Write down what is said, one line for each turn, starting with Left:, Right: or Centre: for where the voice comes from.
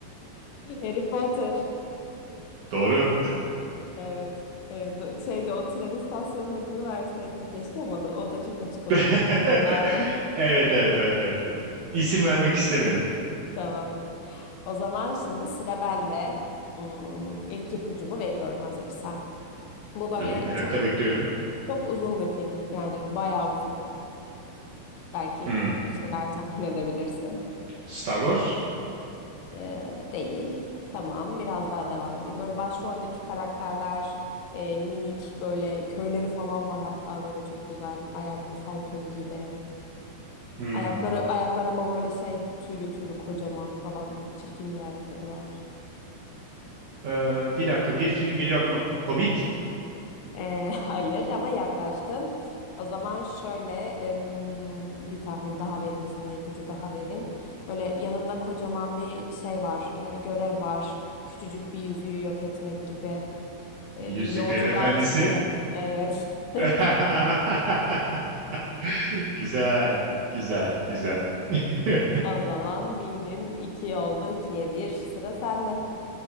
Left: Harry Potter.
Right: Doğru.
Left: Evet. Ee, do- şeyde o tren istasyonunun adını verseydin keşke ama da, o da çok açık olurdu
Right: <laughs>
Left: hemen anlardım.
Right: Evet, evet, evet, evet, evet. İsim vermek istemedim.
Left: Tamam. O zaman şimdi sıra bende. Hmm, ilk ipucumu veriyorum hazırsan. Bu böyle
Right: Tabii merakla
Left: çok
Right: bekliyorum.
Left: çok uzun bir film. Yani bayağı uzun. Belki
Right: Hmm.
Left: bir şeyler <laughs> tahmin edebilirsin.
Right: Star Wars?
Left: Ee, değil. Tamam. Biraz daha devam edeyim. Böyle başroldeki karakterler e, minik böyle köyleri falan var hatta böyle çok güzel hayal masal köy gibi.
Right: Hmm.
Left: Ayakları ayaklar ama böyle şey tüylü tüylü kocaman falan çirkin bir ayakları var.
Right: Ee, bir dakika bir film geliyor aklıma. Hobbit?
Left: Ee, <laughs> hayır ama yaklaştın. O zaman şöyle em, bir tahmin daha vereyim sana, ipucu daha vereyim. Böyle yanında kocaman bir şey var, e, görev var. Küçücük bir yüzüğü yok etmek gibi e,
Right: Yüzüklerin
Left: bir yolculuğa
Right: Efendisi?
Left: çıkıyor. Evet. <laughs>
Right: <laughs> <laughs> Güzel, güzel, güzel. <laughs>
Left: O zaman bildin iki oldu, ikiye bir. Sıra sende.